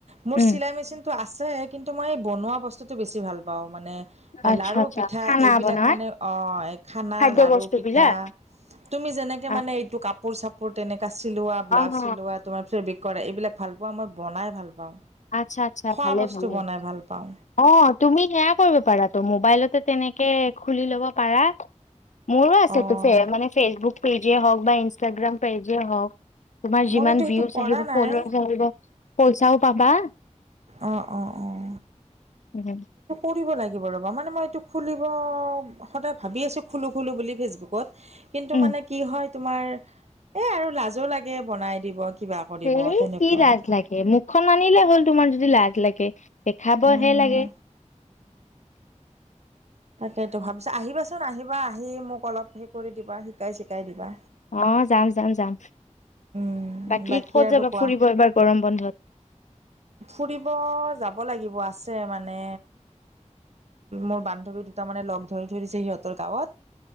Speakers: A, on the right (about 60°); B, on the left (about 70°).
A: মোৰ
B: উম
A: চিলাই মেচিনটো আছে কিন্তু মই বনোৱা বস্তুটো বেছি ভাল পাওঁ। মানে
B: আচ্ছা
A: লাৰু,
B: আচ্ছা
A: পিঠা
B: খানা
A: এইবিলাক
B: বনাই
A: মানে অঁ খানা
B: খাদ্য
A: লাৰু,
B: বস্তু
A: পিঠা
B: বিলাক
A: তুমি যেনেকে
B: হ
A: মানে এইটো কাপোৰ চাপোৰ তেনেকা চিলোৱা, ব্লাউজ
B: হ
A: চিলোৱা তোমাৰ পিছত কৰে এইবিলাক ভাল পোৱা মই বনাই ভাল পাওঁ,
B: আচ্ছা আচ্ছা
A: খোৱা
B: ভালে
A: বস্তু
B: ভালে
A: বনাই ভাল পাওঁ।
B: অ তুমি সেয়া কৰিব পাৰাতো মোবাইলতে তেনেকে খুলি ল'ব পাৰা। মোৰো আছে
A: অ'
B: ত মানে ফে ফেচবুক পেজে হওক বা ইনষ্টাগ্ৰাম পেজে হওক তোমাৰ
A: মই
B: যিমান
A: কিন্তু সেইটো
B: ভিউজ
A: কৰা
B: আহিব
A: নাই
B: ফল আহিব পইচাও পাবা।
A: অঁ অঁ অঁ।
B: উমু।
A: কৰিব লাগিব ৰ'বা মানে মই এইটো খুলিব সদায় ভাবি আছোঁ খুলোঁ খোলোঁ বুলি ফেচবুকত কিন্তু
B: উম
A: মানে কি হয় তোমাৰ এ আৰু লাজো লাগে বনাই দিব। কিবা কৰিব
B: সেই
A: তেনেকুৱা
B: কি লাজ
A: আৰু
B: লাগে মোক খন আনিলে হ'ল তোমাৰ যদি লাজ লাগে দেখাব
A: উম
B: হে লাগে। <inaudible>
A: তাকেই ভাবিছ আহিবাচোন আহিবা আহি মোক অলপ হে কৰি দিবা শিকাই চিকাই দিবা।
B: অ যাম যাম যাম,
A: উম
B: বাকী কত
A: আৰু
B: যাবা
A: কোৱা
B: ফুৰিব এবাৰ গৰম বন্ধত?
A: ফুৰিব যাব লাগিব আছে মানে মোৰ বান্ধৱী দুটা মানে লগ ধৰি ধৰি দিছে সিহঁতৰ গাঁৱত।